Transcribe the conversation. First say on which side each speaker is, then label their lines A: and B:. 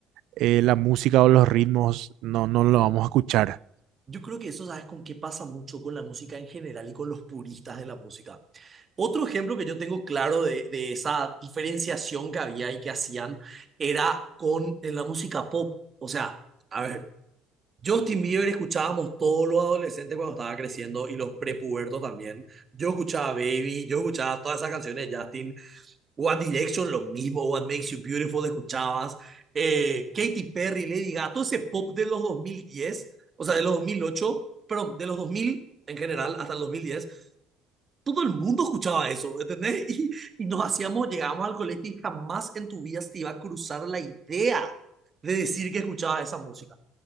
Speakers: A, on the right; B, on the right.
A: eh, la música o los ritmos no, no lo vamos a escuchar?
B: Yo creo que eso, ¿sabes con qué pasa mucho con la música en general y con los puristas de la música? Otro ejemplo que yo tengo claro de, de esa diferenciación que había y que hacían era con en la música pop. O sea, a ver, Justin Bieber escuchábamos todos los adolescentes cuando estaba creciendo y los prepubertos también. Yo escuchaba Baby, yo escuchaba todas esas canciones de Justin. One Direction, lo mismo. What Makes You Beautiful, escuchabas. Eh, Katy Perry, Lady Gaga, todo ese pop de los dos mil diez o sea, de los dos mil ocho perdón, de los 2000 en general hasta el dos mil diez todo el mundo escuchaba eso, ¿entendés? <laughs> Y, y nos hacíamos, llegábamos al colegio y jamás en tu vida se te iba a cruzar la idea de decir que escuchaba esa música.